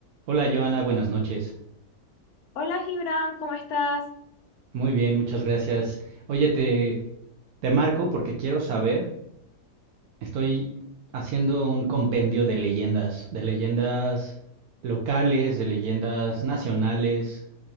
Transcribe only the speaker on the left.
Hola Gibran, ¿cómo estás?